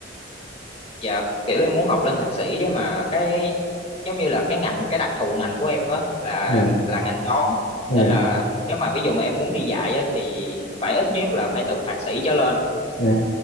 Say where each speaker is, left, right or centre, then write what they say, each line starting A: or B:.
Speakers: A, on the left; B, on the left.
A: Dạ kiểu em muốn học lên thạc sĩ đấy mà cái giống như là cái ngành cái đặc thù ngành của em á là
B: Ừ.
A: là ngành toán.
B: Ừ.
A: Nên là nếu mà ví dụ mà em muốn đi dạy á, thì phải ít nhất là phải từ thạc sĩ trở lên.
B: Ừ.